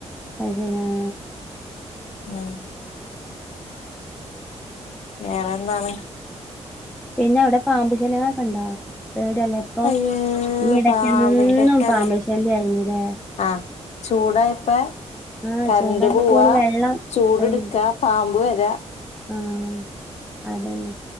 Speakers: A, in the centre; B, on the left (about 70°).
A: അയ്ശെരിയാ.
B: ങ്ങനെ വേറെന്താണ്
A: പിന്നെ അവിടെ പാമ്പ് ശല്യങ്ങളൊക്കെ ഉണ്ടോ പേട്യല്ലേ പ്പൊ
B: അയ്യേ
A: ഈ ഇടക്ക്
B: പാമ്പിന്റെക്കത്
A: എന്നും പാമ്പശല്യ ആയിരുന്നുല്ലേ
B: ആഹ് ചൂടായപ്പ
A: ആഹ്
B: കര്ന്റ്
A: ചൂടായിട്ട്
B: പോവാ
A: പോലും വെള്ളം
B: ചൂട്
A: അതന്നെ
B: ട്ക്കാ പാമ്പ് വെരാ
A: ആഹ് അതന്നെ